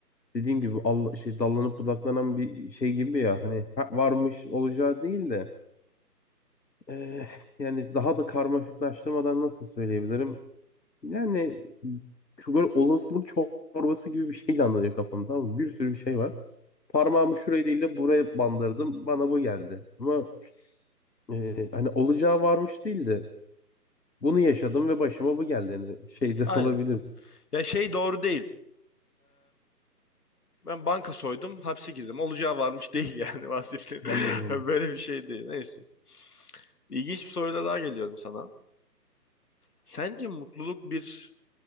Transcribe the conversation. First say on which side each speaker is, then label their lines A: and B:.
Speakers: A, on the left; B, on the left.
A: dediğim gibi Allah, şey dallanıp budaklanan bir şey gibi ya hani ha- varmış olacağı değil de eh, yani daha da karmaşıklaştırmadan nasıl söyleyebilirim? Yani şu böyle olasılık çorbası gibi bir şeyle anlatıyor kafamda tamam mı? Bir sürü bir şey var. Parmağımı şuraya değil de buraya bandırdım. Bana bu geldi. Ama Ee, hani olacağı varmış değil de bunu yaşadım ve başıma bu geldi. Yani şey de
B: Aynen.
A: <laughs> olabilir.
B: Ya şey doğru değil. Ben banka soydum, hapse girdim. Olacağı varmış değil yani <laughs> bahsettiğim.
A: Anladım
B: <laughs>
A: onu.
B: Böyle bir şey değil. Neyse. İlginç bir soruyla daha geliyorum sana. Sence mutluluk bir